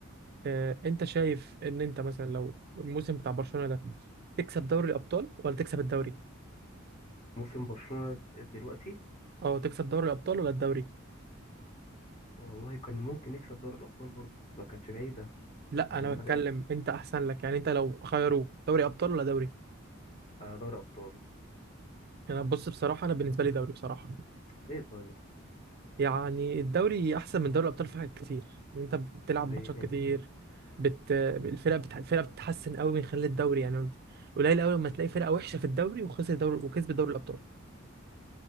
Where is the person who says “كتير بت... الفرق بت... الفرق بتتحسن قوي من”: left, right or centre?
Right